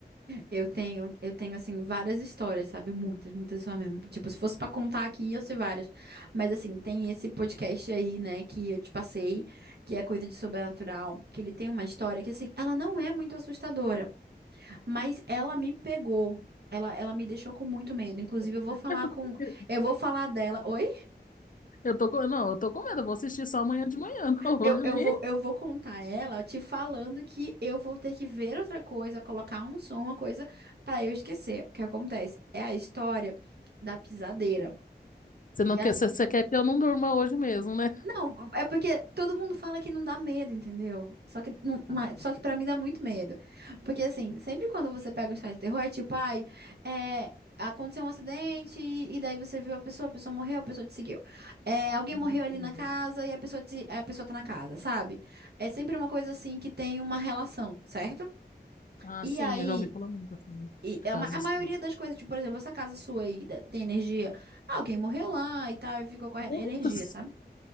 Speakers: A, on the right; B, on the left.
A: Eu tenho, eu tenho assim várias histórias, sabe? Muitas, muitas só mesmo. Tipo, se fosse pra contar aqui, ia ser várias. Mas assim, tem esse podcast aí, né, que eu te passei, que é coisa de sobrenatural, que ele tem uma história que assim, ela não é muito assustadora, mas ela me pegou. Ela, ela me deixou com muito medo. Inclusive,
B: Eu tô
A: eu vou
B: com <laughs>
A: falar
B: eu tô
A: com.
B: com medo.
A: Eu vou falar dela. Oi?
B: Eu tô com, não, eu tô com medo. Eu vou assistir só amanhã de manhã, <laughs> não hoje
A: Eu, eu
B: nem.
A: vou, eu vou contar ela te falando que eu vou ter que ver outra coisa, colocar um som, uma coisa, pra eu esquecer. O que acontece? É a história da pisadeira.
B: Você não
A: e
B: quer, você você quer que eu não durma hoje mesmo, né?
A: não, é porque todo mundo fala que não dá medo, entendeu? Só que, não,
B: Ah,
A: mas- só que pra mim dá muito medo. Porque, assim, sempre quando você pega um site de terror, é tipo, ai, é, aconteceu um acidente e, e daí você viu a pessoa, a pessoa morreu, a pessoa te seguiu. É, alguém
B: uhum,
A: morreu ali na
B: é
A: casa
B: verdade.
A: e a pessoa, te, a pessoa tá na casa, sabe? É sempre uma coisa, assim, que tem uma relação, certo?
B: Ah,
A: E
B: sim,
A: aí...
B: eu já ouvi falar muito assim,
A: E
B: de casos
A: a, ma- a
B: assim.
A: maioria das coisas, tipo, por exemplo, essa casa sua aí da- tem energia. Ah, alguém morreu lá e tal, e ficou com a
B: Muitos,
A: energia, sabe?